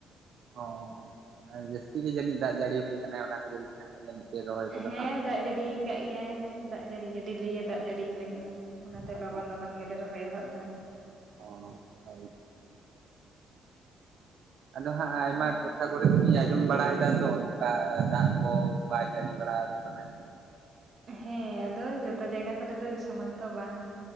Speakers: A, on the right (about 65°); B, on the right (about 45°).
A: ᱦᱚᱸ ᱟᱨ ᱡᱟᱹᱥᱛᱤ ᱜᱮ ᱡᱟᱹᱱᱤᱡ ᱫᱟᱜ ᱡᱟᱹᱲᱤ ᱟᱯᱮ ᱠᱟᱱᱟᱭ ᱚᱱᱟ ᱠᱷᱟᱹᱛᱤᱨ ᱜᱮ ᱦᱟᱸᱜ ᱡᱟᱹᱱᱤᱡ ᱯᱮ ᱨᱚᱦᱚᱭ ᱠᱚᱫᱚ
B: ᱦᱮᱸ
A: ᱦᱟᱸᱜ
B: ᱫᱟᱜ ᱡᱟᱹᱲᱤᱭ ᱠᱟᱫ ᱜᱮᱭᱟᱭ ᱫᱟᱜ ᱡᱟᱹᱲᱤ ᱜᱮ ᱰᱮᱞᱤ ᱜᱮ ᱫᱟᱜ ᱡᱟᱹᱲᱤᱤᱭ ᱞᱮ ᱠᱟᱱᱟᱭ ᱾ ᱚᱱᱟᱛᱮ
A: ᱚ
B: ᱞᱚᱜᱚᱱ ᱞᱚᱜᱚᱱ ᱜᱮᱞᱮ ᱨᱚᱦᱚᱭ ᱦᱚᱫ ᱫᱟ ᱾
A: ᱚ ᱦᱳᱭᱳᱟᱭ ᱟᱫᱚ ᱦᱟᱸᱜ ᱟᱭᱢᱟ
B: ᱦᱳᱭ
A: ᱴᱚᱴ <inaudible> ᱡᱟᱦᱟᱸ ᱠᱚᱨᱮ ᱫᱩᱞᱤᱧ ᱟᱧᱡᱚᱢ ᱵᱟᱲᱟᱭᱮᱫᱟ ᱛᱚ ᱱᱚᱝᱠᱟ ᱫᱟᱜ ᱠᱚ ᱵᱟᱭ ᱡᱟᱹᱲᱤ ᱵᱟᱲᱟᱭ ᱠᱚ ᱠᱟᱱᱟᱭ ᱾
B: ᱦᱮᱸ ᱟᱫᱚ ᱡᱚᱛᱚ ᱡᱟᱭᱜᱟ ᱠᱚᱨᱮ ᱫᱚ ᱥᱚᱢᱟᱱ ᱛᱚ ᱵᱟᱝᱼᱼ